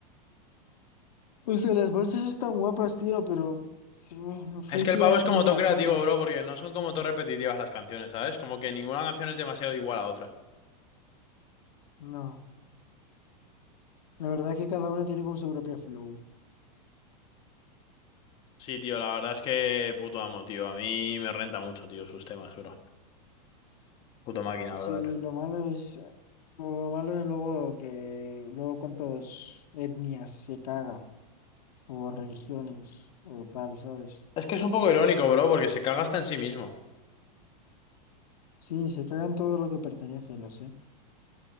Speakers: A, on the left; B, on the left.
A: O sea, las voces están guapas, tío, pero sí, friki
B: Es que el pavo
A: es
B: es
A: niga,
B: como todo creativo,
A: ¿sabes?
B: bro, porque no son como todo repetitivas las canciones, ¿sabes? Como que ninguna canción es demasiado igual a otra.
A: No, la verdad es que cada una tiene como su propio flow.
B: Sí, tío, la verdad es que puto amo, tío. A mí me renta mucho, tío, sus temas, bro. Puto máquina,
A: Sí,
B: brother.
A: lo malo es, lo malo es luego que luego cuántas etnias se caga, o religiones, o tal, ¿sabes?
B: Es que es un poco irónico, bro, porque se caga hasta en sí mismo.
A: Sí, se cagan todo lo que pertenece, lo sé.